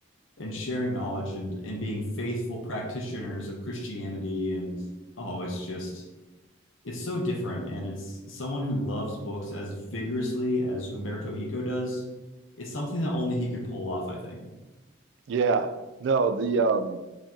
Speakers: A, on the left; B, on the right.
A: and sharing knowledge and and being faithful practitioners of Christianity and oh it's just it's so different and it's someone who loves books as vigorously as Umberto Eco does. It's something that only he could pull off, I think.
B: Yeah. No, the um